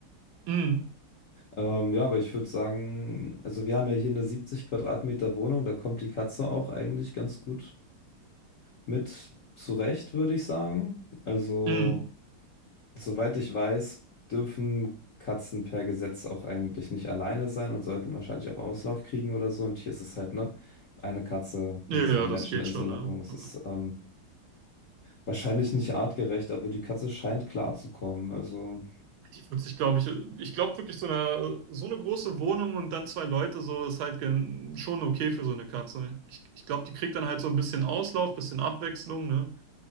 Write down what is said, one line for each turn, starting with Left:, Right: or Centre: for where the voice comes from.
Right: Mm,
Left: Ähm, ja, aber ich würde sagen, also wir haben ja hier eine 70 Quadratmeter Wohnung, da kommt die Katze auch eigentlich ganz gut mit zurecht, würde ich sagen. Also,
Right: mm.
Left: soweit ich weiß, dürfen Katzen per Gesetz auch eigentlich nicht alleine sein und sollten wahrscheinlich auch Auslauf kriegen oder so. Und hier ist es halt, ne, eine Katze
Right: Ja,
Left: mit zwei
Right: ja,
Left: Menschen
Right: das geht
Left: in
Right: schon,
Left: so einer
Right: ne?
Left: Wohnung. Es
Right: Also,
Left: ist ähm, Wahrscheinlich nicht artgerecht, aber die Katze scheint klarzukommen. Also,
Right: Die wird sich, glaube ich, ich glaube wirklich, so eine, so eine große Wohnung und dann zwei Leute, so ist halt gen- schon okay für so eine Katze. Ich, ich glaube, die kriegt dann halt so ein bisschen Auslauf, bisschen Abwechslung, ne?